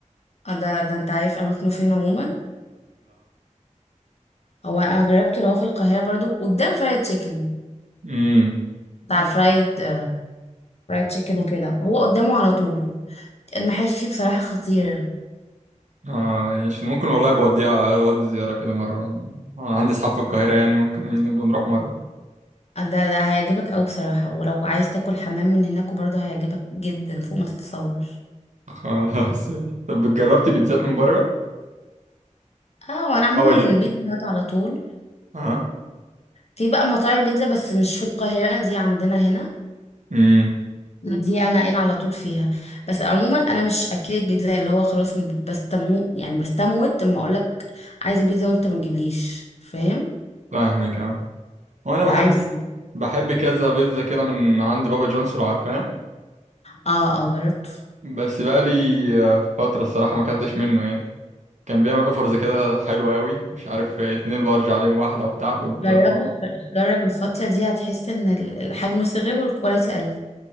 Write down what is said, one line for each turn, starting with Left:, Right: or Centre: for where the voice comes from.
Left: آه، ده ده انت عارف اماكنه فين عموما هو انا جربته اللي هو في القاهره برضو قدام فرايد تشيكن
Right: لا
Left: بتاع الفرايد آه، فرايد تشيكن وكده هو قدامه على طول المحاشي فيه بصراحة خطيرة
Right: اه مش ممكن والله بوديها اودي زيارة كده مرة انا عندي اصحاب في القاهرة يعني ممكن إيه نبقى نروح مرة
Left: آه، ده ده هيعجبك أوي بصراحة ولو عايز تاكل حمام من هناك وبرضه هيعجبك جدا فوق ما تتصور
Right: <laughs> خلاص طب جربتي بيتزات من بره؟
Left: اه وانا عموما
Right: طبعا
Left: بيتزا هات على طول
Right: اه
Left: في بقى مطاعم بيتزا بس مش في القاهرة دي عندنا هنا
Right: امم
Left: دي انا انا على طول فيها بس عموما انا مش اكلت بيتزا اللي هو خلاص م- بستمو يعني بستموت اما اقولك عايزة بيتزا وانت ما تجيبليش فاهم
Right: فاهمك اه هو انا بحب
Left: لا عادي
Right: بحب كذا بيتزا كده من عند بابا جونز لو عارفاه
Left: اه اه جربته
Right: بس بقى لي فترة الصراحة ما اكلتش منه يعني كان بيعمل اوفرز كده حلوة قوي مش عارف اتنين لارج عليهم واحدة وبتاع كنت
Left: جربه جرب الفترة دي هتحس ان ال- الحجم صغير والكواليتي قل